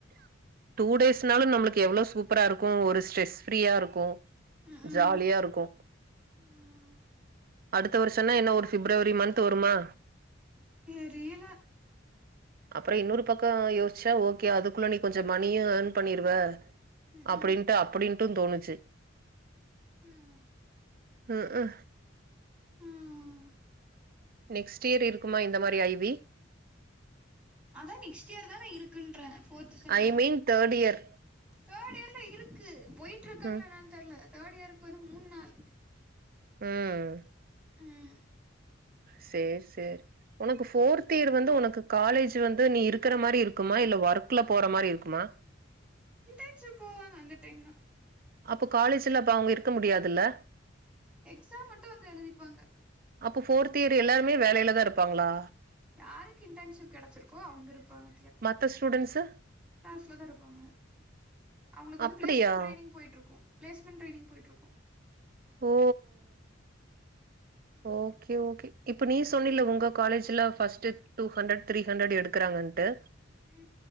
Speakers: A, on the right; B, in the centre.
A: டூ டேஸ்னாலு நம்மளுக்கு எவ்வளோ சூப்பரா இருக்கு ஒரு ஸ்ரெஸ் ஃப்ரீயா இருக்கு
B: ம் ம்
A: ஜாலியா இருக்கு
B: ம்
A: அடுத்த வருஷம்னா என்ன ஒரு பிப்ரவரி மந்த் வருமா
B: தெரியில
A: அப்றோ இன்னொரு பக்கோ யோசிச்சா ஓகே அதுக்குள்ள நீ கொஞ்சம மணியு ஏர்ன் பண்ணிருவே
B: ம்
A: அப்டின்ட்டு
B: ம்
A: அப்டின்ட்டு தோணுச்சு
B: ம்
A: அ அ
B: ம்
A: நெக்ஸ்ட் இயர் இருக்குமா இந்த மாரி ஐ வி
B: அதா நெக்ஸ்ட் இயர் தான இருக்குன்றே ஃபோர்த்து செம்ல
A: ஐ மீன் தேர்ட் இயர்
B: தேட் இயர்ல இருக்கு போயிட்டு இருக்காங்ளா
A: ம்
B: என்னன் தெர்ல தேட் இயருக்கு வந்து மூண் நாள்
A: ம்
B: ம்
A: சேர் சேர் உனக்கு ஃபோர்த் இயர் வந்து உனக்கு காலேஜ் வந்து நீ இருக்கிற மாரி இருக்குமா இல்ல ஒர்க்குல போற மாரி இருக்குமா
B: ஞ்சு போவாங்க அந்த டைம் தா
A: அப்போ காலேஜ்ல அப்ப அவுங்க இருக்க முடியாதுல்ல
B: எக்ஸாம் மட்டு வந்து எழுதிப்பாங்க
A: அப்போ ஃபோர்த் இயர் எல்லாருமே வேலைல தா இருப்பாங்ளா
B: யாருக்கு இன்டன்ஷிப் கெடச்சிருக்கோ அவுங்க இருப்பாங்க
A: மத்த ஸ்டூடண்ட்ஸு
B: க்ளாஸில தா இருப்பாங்க அவுங்களுக்கு வந்து
A: அப்டியா
B: பிளேஸ்மெண்ட் ட்ரைய்னிங் போய்ட்ருக்கு பிளேஸ்மெண்ட் ட்ரைய்னி்ங் போய்ட்ருக்கு
A: ஓ
B: ம்
A: ஓகே ஓகே இப்ப நீ சொன்னில உங்க காலேஜ்ல first two hundred three hundred எடுக்கறாங்கன்ட்டு
B: ம்